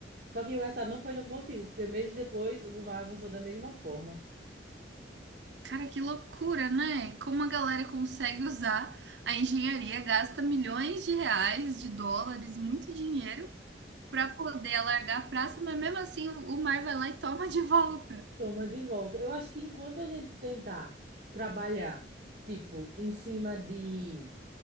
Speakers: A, on the right; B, on the right.
A: Só que o resultado não foi tão possível, porque meses depois o mar avançou da mesma forma.
B: Cara, que loucura, né? Como a galera consegue usar a engenharia, gasta milhões de reais, de dólares, muito dinheiro para poder alargar a praça, mas mesmo assim o o mar vai lá e toma de volta.
A: Toma de volta. Eu acho que enquanto a gente tentar trabalhar, tipo, em cima de